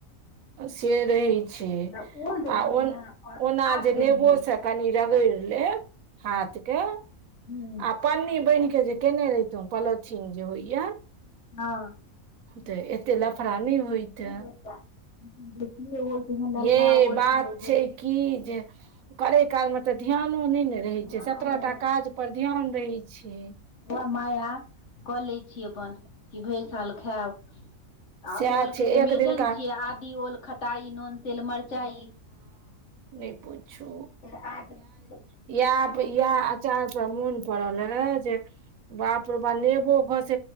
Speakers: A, on the right; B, on the left.
A: से रहै छै
B: तऽ ओल देलियै
A: आ ओन।
B: हेँ आओर
A: ओना
B: आब
A: जे
B: देलियै
A: नेबो से कनि रगड़ि लेब हाथ के।
B: हूँ
A: आ पन्नी बान्हि के जे केने रहितु पोलोथिन जे होइया
B: हँ।
A: तऽ एते लफड़ा नहि होयते
B: होइता लेकिन देखियै ओल तेहन ललका
A: ये
B: ओल
A: बात
B: छलै बेसी
A: छै। की जे करे काल मे तऽ ध्यानो नहि नऽ। रहै
B: ध्यानो
A: छै सत्रह
B: नहि
A: टा काज पर ध्यान रहै छै
B: उहे माया कऽ लै छी अपन कि भरि साल खायब आ
A: सएह
B: ओल
A: छै
B: के तऽ
A: एक
B: मेजन
A: दिनका
B: छियै आदी ओल खटाइ नुन तेल मरचाई
A: नेय पुछु
B: <unintelligible>
A: इएह इएह आचार सब पर मोन पड़ल हे जे बाप रो बा नेबो घस